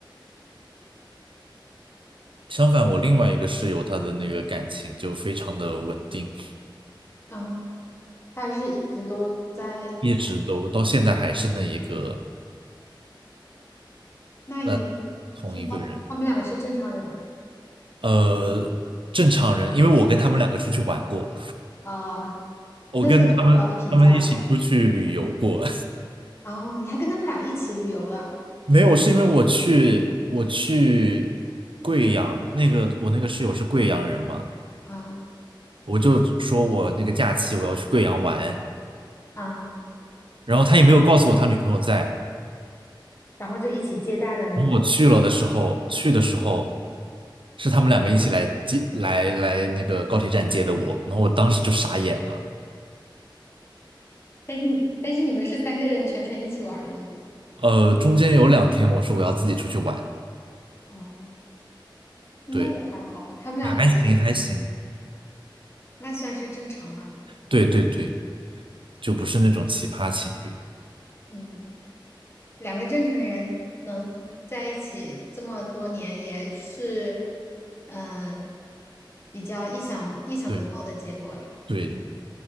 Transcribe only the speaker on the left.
嗯，他是一直都在谈。
那也
挺好的，他们两个是正常人吧？
啊，
那算是很高的评价了。哦，你还跟他们俩一起旅游了，
啊
啊，
然后就一起接待了你们。
但是你但是你们是三个人全程一起玩儿的吗？
哦，应该也还好吧，
他们两个
那算是正常了。
嗯，两个正常人能在一起这么多年，也是，呃，比较意想意想得到的结果啦。